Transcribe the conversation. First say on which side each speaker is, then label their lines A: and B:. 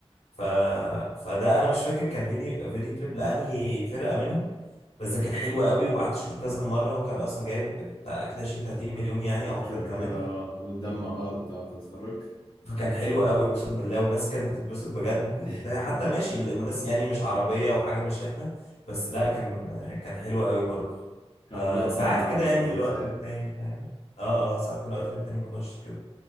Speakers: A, on the left (about 85°); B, on the left (about 60°).
A: ف... فده انا مش فاكر كان فيديو فيديو كليب لانهي فرقه منهم بس ده كان حلو قوي وقعدت اشوفه كذا مره هو كان اصلا جايب بتاع اكيد 20 30 مليون يعني او اكتر
B: كده
A: كمان
B: كده اه وتدمع بقى وبتاع وانت بتتفرج
A: فكان حلو قوي اقسم بالله والناس كانت بتتبسط بجد وبتاع
B: <laughs>
A: حتى ماشي الناس يعني مش عربيه وحاجه مش احنا بس لا كان كان حلو قوي برضه
B: كلقطة
A: فساعات كده يعني
B: لذيذة
A: من الوقت
B: يعني
A: للتاني فاهم اه اه ساعات من الوقت للتاني بخش كده